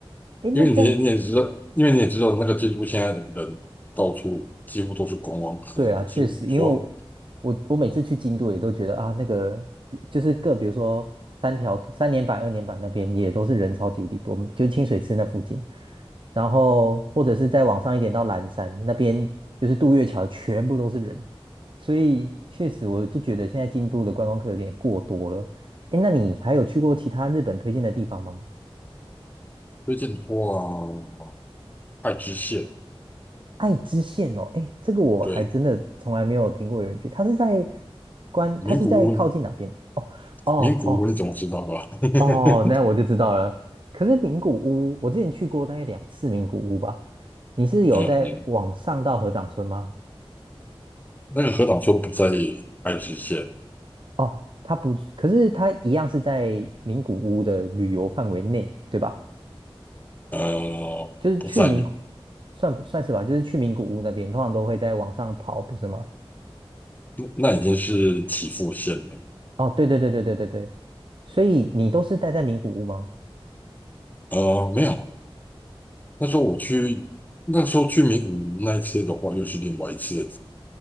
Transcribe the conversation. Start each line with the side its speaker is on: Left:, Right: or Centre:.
Right: 诶，
Left: 因为你你也知道，
Right: 那这样
Left: 因为你也知道那个京都现在人到处几乎都是观光客，
Right: 对啊，
Left: 你几乎说
Right: 确实，因为我我我每次去京都也都觉得啊，那个比就是各，比如说三条三年坂、二年坂那边也都是人超级无敌多，就是清水寺那附近，然后或者是再往上一点到岚山那边，就是渡月桥全部都是人，所以确实我就觉得现在京都的观光客有点过多了。哎，那你还有去过其他日本推荐的地方吗？
Left: 推荐的话，爱知县，
Right: 爱知县哦，哎，这个我还真的从来没有听过有人去。
Left: 对，
Right: 他是在关，
Left: 名古屋，
Right: 他是在靠近哪边？哦哦哦
Left: 名古屋你总知道吧？<laughs>
Right: 哦，那我就知道了。可是名古屋，我之前去过大概两次名古屋吧。你是有在往上到合掌村吗？
Left: 嗯那个河岛村不在爱知县，
Right: 哦，它不，可是它一样是在名古屋的旅游范围内，对吧？
Left: 呃，
Right: 就是去名古，
Left: 不在，
Right: 算算是吧，就是去名古屋那边，通常都会在往上跑，不是吗？
Left: 那已经是岐阜县了。
Right: 哦，对对对对对对对，所以你都是待在名古屋吗？
Left: 呃，没有，那时候我去，那时候去名古屋那一次的话，又是另外一次，